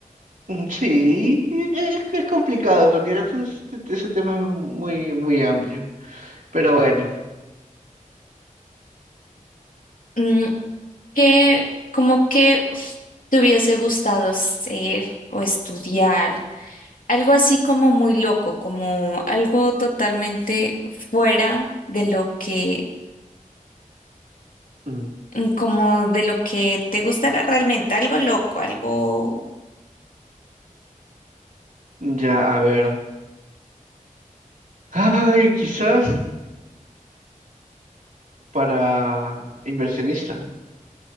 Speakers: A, on the right; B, on the left.
A: Mm, Sí, es, que es complicado, en realidad ese, es- ese tema es muy, muy amplio. Pero bueno,
B: Mm, ¿Qué, como que uf, te hubiese gustado ser o estudiar? Algo así como muy loco, como algo totalmente fuera de lo que,
A: mm,
B: mm, como de lo que te gustará realmente, algo loco, algo
A: ya, a ver. Ay, quizás para inversionista,